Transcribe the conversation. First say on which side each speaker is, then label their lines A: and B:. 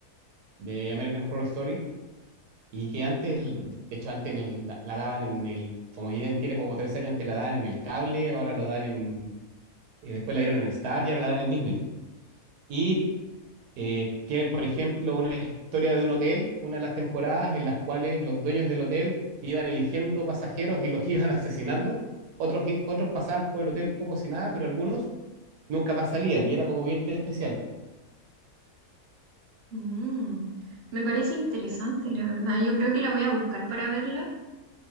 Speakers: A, on the right (about 80°); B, on the right (about 55°).
A: de American Horror Story y que antes, de hecho, antes en el- la, la daban en el, como ya tiene como 13 años, antes la daban en el cable, ahora lo dan en, eh, después la dieron en Star y ahora la dan en Disney. Y Eh, tienen, por ejemplo, una historia de un hotel, una de las temporadas en las cuales los dueños del hotel iban eligiendo pasajeros y los <laughs> iban asesinando. Otros, i- otros pasaban por el hotel como si nada, pero algunos nunca más salían y era como bien especial.
B: mm. Me parece interesante, la verdad. Yo creo que la voy a buscar para verla.